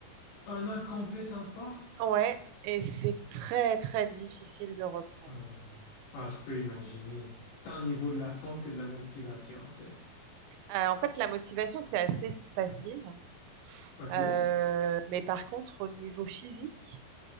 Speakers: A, on the left; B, on the right.
A: Un an complet sans sport?
B: Ouais, et c'est très très difficile de reprendre.
A: Euh, ah, je peux imaginer. Tant au niveau de la forme que de la motivation, en fait.
B: Euh, en fait, la motivation, c'est assez facile,
A: OK.
B: Euh, mais par contre, au niveau physique,